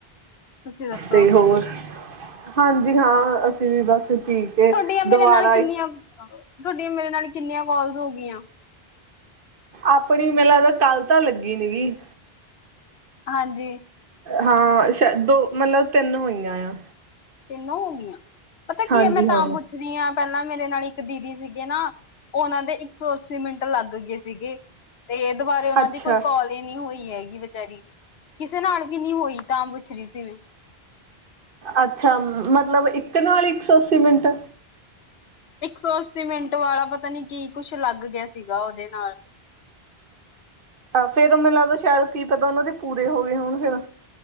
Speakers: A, on the left (about 75°); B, on the right (about 60°).
A: ਤੁਸੀਂ ਦੱਸੋ
B: ਤੇ ਹੋਰ ਹਾਂਜੀ ਹਾਂ ਅਸੀਂ ਵੀ ਬੱਸ ਠੀਕ ਹੈ
A: ਤੁਹਾਡੀਆਂ ਮੇਰੇ
B: ਦੁਬਾਰਾ
A: ਨਾਲ ਕਿੰਨੀਆਂ ਤੁਹਾਡੀਆਂ ਮੇਰੇ ਨਾਲ ਕਿੰਨੀਆਂ ਕੋਾਲਸ ਹੋ ਗਈਆਂ?
B: ਆਪਣੀ ਮੈ ਲੱਗਦਾ ਕਾੱਲ ਤਾਂ ਲੱਗੀ ਨੀ ਗੀ।
A: ਹਾਂਜੀ।
B: ਹਾਂ ਸ਼ਾਯਦ ਦੋ ਮਤਲਬ ਤਿੰਨ ਹੋਈਆਂ ਆ।
A: ਤਿੰਨੋ ਹੋ ਗਿਆਂ। ਪਤਾ
B: ਹਾਂਜੀ
A: ਕੀ ਐ ਮੈਂ ਤਾਂ
B: ਹਾਂ।
A: ਪੁੱਛ ਰੀ ਆ ਪਹਿਲਾਂ ਮੇਰੇ ਨਾਲ ਇੱਕ ਦੀਦੀ ਸੀਗੇ ਨਾ ਉਹਨਾਂ ਦੇ ਇੱਕ ਸੌ ਅੱਸੀ ਮਿੰਟ ਲੱਗ ਗਏ ਸੀਗੇ। ਤੇ ਇਹ ਦ ਬਾਰੇ ਉਹਨਾਂ
B: ਅੱਛਾ।
A: ਦੀ ਕੋਈ ਕਾਲ ਈ ਨਈ ਹੋਈ ਹੈਗੀ। ਕੀ ਵੇਚਾਰੀ ਕਿਸੇ ਨਾਲ ਵੀ ਨੀ ਹੋਈ ਤਾਂ ਪੁੱਛ ਰਈ ਸੀ ਮੈਂ
B: ਅੱਛਾ ਮਤਲਬ ਇੱਕ ਨਾਲ ਇੱਕ ਸੌ ਅੱਸੀ ਮਿੰਟ
A: ਇੱਕ ਸੌ ਅੱਸੀ ਮਿੰਟ ਵਾਲਾ ਪਤਾ ਨੀ ਕੀ ਕੁਛ ਲੱਗ ਗਿਆ ਸੀਗਾ ਉਹਦੇ ਨਾਲ
B: ਫੇਰ ਮੈਨੂੰ ਲੱਗੋ ਸ਼ਾਇਦ ਕੀ ਪਤਾ ਉਹਨਾਂ ਦੇ ਪੂਰੇ ਹੋ ਗਏ ਹੁਣ ਫਿਰ